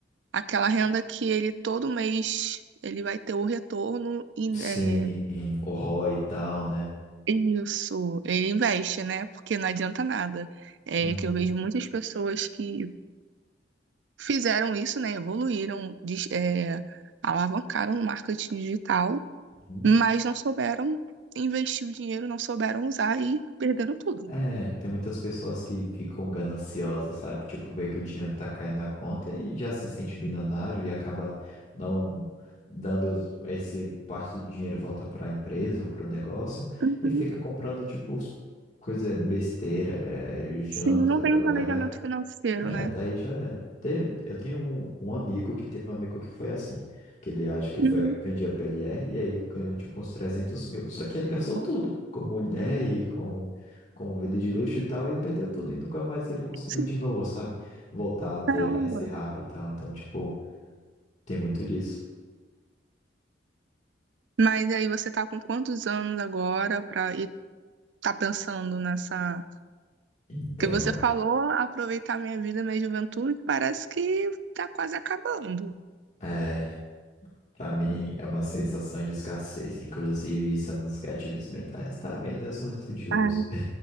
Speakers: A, on the right; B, on the left.
A: Aquela renda que ele todo mês ele vai ter o retorno e
B: Sim,
A: é,
B: o Roy e tal, né?
A: isso, ele investe, né? Porque não adianta nada. É
B: Não.
A: que eu vejo muitas pessoas que fizeram isso, né? Evoluíram, dis- é, alavancaram o marketing digital,
B: Uhum.
A: mas não souberam investir o dinheiro, não souberam usar e perderam tudo.
B: É, tem muitas pessoas que ficam gananciosas, sabe? Tipo, vê que o dinheiro tá caindo na conta e já se sente milionário e acaba não dando esse parte do dinheiro volta para a empresa ou para o negócio
A: Uhum.
B: e fica comprando, tipo, coisa besteira, é, janta,
A: Sim, não tem um
B: lugar.
A: planejamento financeiro,
B: É,
A: né?
B: daí já era. Te- Eu tenho um, um amigo que teve um amigo que foi assim, que ele acha que
A: Uhum.
B: foi, vendia PLR e aí ganhou tipo uns 300 mil. Só que ele <laughs> gastou
A: Nossa,
B: tudo, com mulher e com, com vida de luxo e tal, e perdeu tudo. E nunca mais ele conseguiu
A: sim,
B: de novo, sabe? Voltar a ter
A: caramba.
B: a esse rap e tal. Então, tipo, tem muito disso.
A: Mas aí você tá com quantos anos agora pra ir tá pensando nessa.
B: Então,
A: Porque você falou aproveitar minha vida, minha juventude, parece que tá quase acabando.
B: é, pra mim é uma sensação de escassez. Inclusive, isso é um dos gatilhos mentais. Tá vendo? Eu sou um estudioso.
A: Ai,